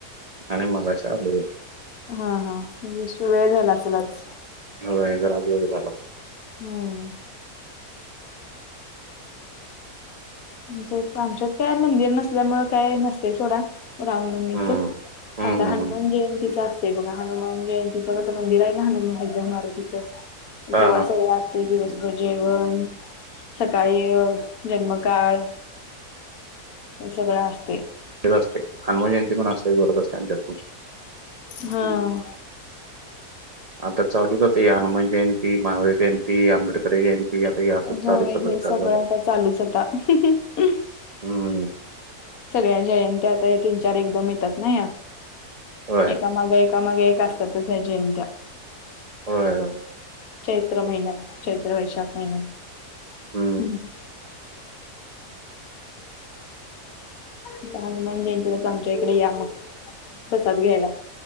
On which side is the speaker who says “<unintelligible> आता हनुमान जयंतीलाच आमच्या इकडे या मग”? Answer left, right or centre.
Left